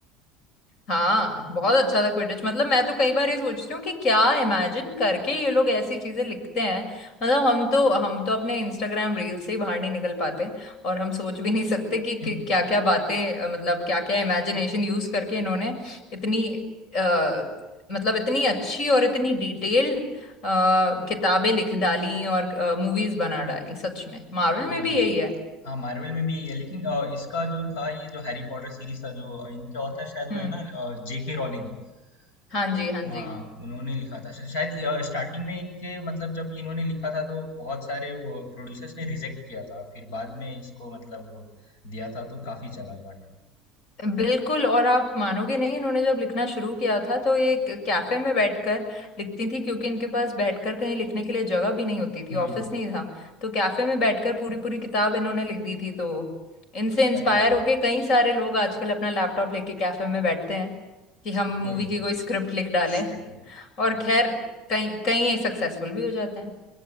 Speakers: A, on the left; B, on the left.
A: हाँ बहुत अच्छा था क्विडिच मतलब मैं तो कई बार ये सोचती हूँ कि क्या इमेजिन करके ये लोग ऐसी चीजें लिखते हैं मतलब हम तो हम तो अपने इंस्टाग्राम रील से ही बाहर नहीं निकल पाते और हम सोच भी नहीं सकते कि, कि
B: <laughs>
A: क्या क्या बातें अ, मतलब क्या क्या इमेजिनेशन यूज करके इन्होंने इतनी आ, मतलब इतनी अच्छी और इतनी डिटेल्ड किताबें लिख डाली और मूवीज बना डाली सच में मार्वल
B: वही
A: में भी यही है
B: हाँ मार्वल में भी यही है लेकिन अ, इसका जो था ये जो हैरी पॉटर सीरीज था जो अ, इनके ऑथर शायद वो
A: हम्म
B: है ना जेके रॉलिंग
A: हाँ
B: वो-
A: जी हाँ जी
B: हाँ उन्होंने लिखा था शा- शायद स्टार्टिंग में इनके मतलब जब इन्होंने लिखा था तो बहुत सारे वो प्रोड्यूसर्स ने रिजेक्ट किया था फिर बाद में इसको मतलब वो दिया था तो काफी चला था ये
A: बिल्कुल और आप मानोगे नहीं इन्होंने जब लिखना शुरू किया था तो ये एक कैफे में बैठकर लिखती थी क्योंकि इनके पास बैठकर कहीं लिखने के लिए जगह भी नहीं होती थी
B: हम्म
A: ऑफिस नहीं था तो कैफे में बैठकर पूरी पूरी किताब इन्होंने लिख दी थी तो इनसे इंस्पायर
B: वही
A: होके कई सारे लोग आजकल अपना लैपटॉप लेके कैफे में बैठते हैं कि हम
B: बिल्कुल
A: मूवी की कोई स्क्रिप्ट लिख डालें
B: स्क्रिप्ट
A: और
B: वही
A: खैर कई कई सक्सेसफुल भी हो जाते हैं